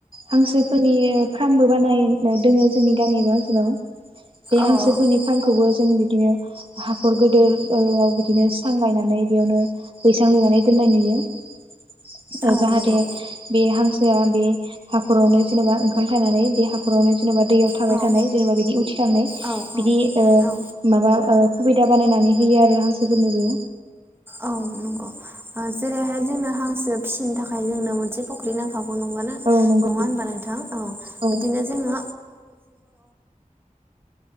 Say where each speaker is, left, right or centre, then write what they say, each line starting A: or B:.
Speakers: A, on the right (about 40°); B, on the right (about 15°).
A: हांसोफोरनि फार्मबो बानायनो दोङो जोंनि गामि बा ओनसोलाव बे
B: औ
A: हांसोफोरनि फार्मखौबो जों बिदिनो हाखर गोदोर बिदिनो सांग्रायनानै नानै बेयावनो बैसां नुनानै दोननाय नुयो
B: औ
A: जाहाथे
B: नंगौ
A: बे हांसोआ बे हाखरावनो जेनेबा ओंखाम थनानै बे हाखर खरावनो जेनेबा दैयाव थाबाय
B: औ
A: थानाय जेनेबा बिदि उथिलांनाय
B: औ
A: बिदि
B: औ
A: ओ
B: औ
A: मा सुबिदा बानायनानै होयो आरो हांसोफोरनोबो
B: औ नंगौ जेरैहाय जोंनो हांसो फिसिनो थाखाय जोंनो मोनसे फख्रि नांखाब <unintelligible> नङा
A: औ नंगौ
B: होनबा नोंथां औ
A: औ
B: बिदिनो जोङो